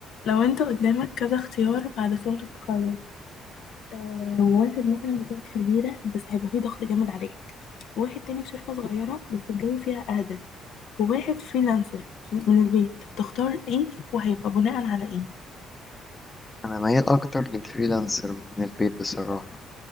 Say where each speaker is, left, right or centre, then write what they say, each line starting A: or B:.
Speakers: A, on the left; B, on the left.
A: لو انت قدامك كذا اختيار بعد شغل التخرج آه واحد مثلا في شركة كبيرة بس هيبقى فيه ضغط جامد عليك وواحد تاني في شركة صغيرة بس الجو فيها أهدى وواحد فريلانسر من البيت تختار ايه وهيبقى بناء على ايه
B: أنا ميال أكتر للفريلانسر من البيت بصراحة